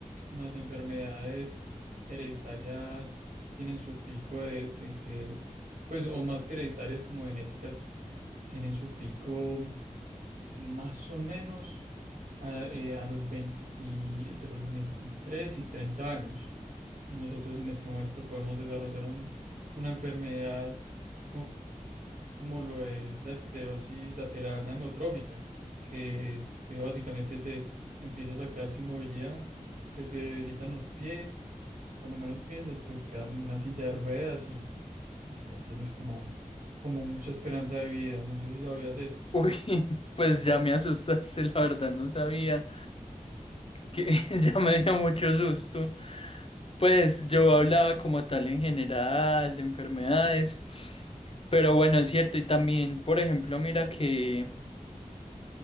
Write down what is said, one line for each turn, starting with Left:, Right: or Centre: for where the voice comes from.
Right: las enfermedades hereditarias tienen su pico de, de que, pues, o más que hereditarias como genéticas, tienen su pico. más o menos a, eh, a los 20, entre los 23 y 30 años. Entonces nosotros en este momento podemos desarrollar un- una enfermedad co- como lo es la esclerosis lateral amiotrófica, que es que básicamente te empiezas a quedar sin movilidad, se te debilitan los pies, cuando menos piensas, pues quedas en una silla de ruedas y pues no tienes como, como mucha esperanza de vida. No sé si sabías esto.
Left: Uy, <laughs> pues ya me asustaste, la verdad, no sabía. que <laughs> ya me dio mucho susto. Pues yo hablaba como tal en general de enfermedades, pero bueno, es cierto, y también, por ejemplo, mira que,